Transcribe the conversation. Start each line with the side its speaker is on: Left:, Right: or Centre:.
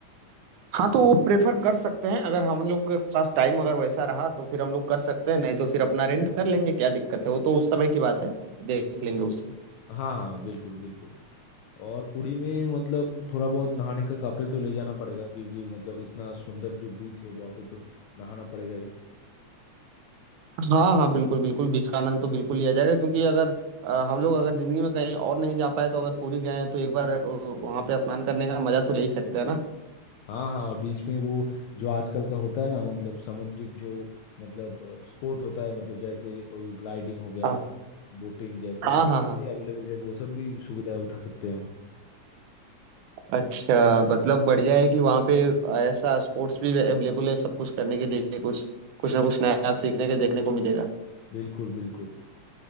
Right: हाँ तो वो प्रेफर कर सकते हैं अगर हम लोग के पास टाइम अगर वैसा रहा तो फिर हम लोग कर सकते हैं नहीं तो फिर अपना रेंट कर लेंगे क्या दिक्कत है वो तो उस समय की बात है देख लेंगे उससे
Left: हाँ हाँ बिल्कुल बिल्कुल और पुरी में मतलब थोड़ा बहुत नहाने का कपड़े तो ले जाना पड़ेगा क्योंकि मतलब इतना सुंदर जो बीच है वहाँ पे तो नहाना पड़ेगा ही
Right: हाँ हाँ बिल्कुल बिल्कुल बीच का आनंद तो बिल्कुल लिया जाएगा क्योंकि अगर अ, हम लोग अगर जिंदगी में कहीं और नहीं जा पाए तो अगर पुरी गए हैं तो एक बार अ, वहाँ पे स्नान करने का मजा तो ले ही सकते हैं ना
Left: हाँ हाँ और बीच में वो जो आजकल का होता है ना मतलब समुद्रिक जो मतलब स्पोर्ट होता है मतलब जैसे ग्लाइडिंग हो गया
Right: हाँ
Left: फिर बोटिंग जैसा
Right: हाँ
Left: वो
Right: हाँ
Left: सब
Right: हाँ
Left: भी अवेलेबल है वो सब भी सुविधाएं उठा सकते हैं हम
Right: अच्छा मतलब बढ़िया है कि वहाँ पे ऐसा स्पोर्ट्स भी अवेलेबल है सब कुछ करने के लिए कुछ कुछ ना कुछ
Left: हाँ
Right: नया सीखने के देखने को मिलेगा
Left: बिल्कुल बिल्कुल